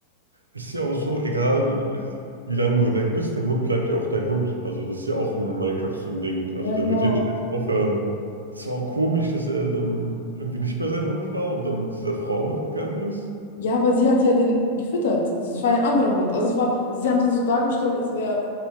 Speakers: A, on the right; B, on the left.
A: Ist ja auch so, egal wie lange du weg bist, dein Hund bleibt ja auch dein Hund. Also das ist ja auch in Minecraft so ein Ding. Also
B: Ja,
A: der
B: genau.
A: wird ja nicht einfach aufhören. Das war auch komisch, dass er dann irgendwie nicht mehr sein Hund war und dann mit dieser Frau mitgegangen ist.
B: Ja, weil sie hat ja den gefüttert. Also, Es war ja ein anderer Hund. Also es war, also sie haben es ja so dargestellt, als wäre,